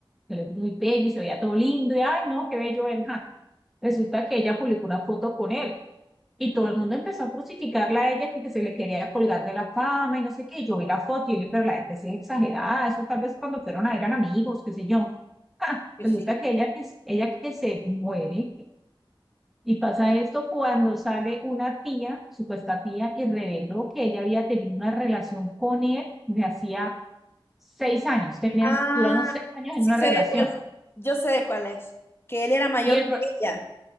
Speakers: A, in the centre; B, on the left (about 25°).
A: Él es muy bello y se veía todo lindo y, ay, no, qué bello él. ja. Resulta que ella publicó una foto con él y todo el mundo empezó a crucificarla a ella, que, que se le quería colgar de la fama y no sé qué. Y yo vi la foto y yo le dije, pero la gente sí es exagerada. Eso tal vez cuando fueron a eran amigos, qué sé yo.
B: Pues
A: Resulta
B: sí.
A: que ella, que ella que se muere y pasa esto cuando sale una tía, supuesta tía, y reveló que ella había tenido una relación con él de hacía seis años. Tenían,
B: Ah,
A: duraron seis años
B: sí
A: en una
B: sé
A: relación.
B: de cuál. Yo sé de cuál es. Que él era mayor
A: Y el
B: que ella.